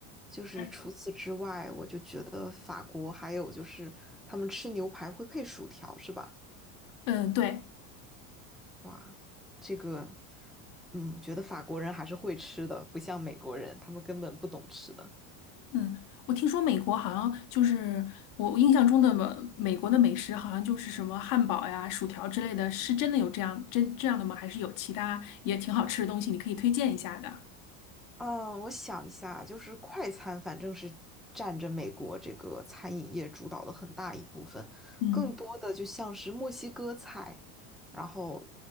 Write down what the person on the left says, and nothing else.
嗯
嗯，对。
嗯，我听说美国好像就是我我印象中的美美国的美食，好像就是什么汉堡呀、薯条之类的，是真的有这样真这样的吗？还是有其他也挺好吃的东西，你可以推荐一下的？
嗯，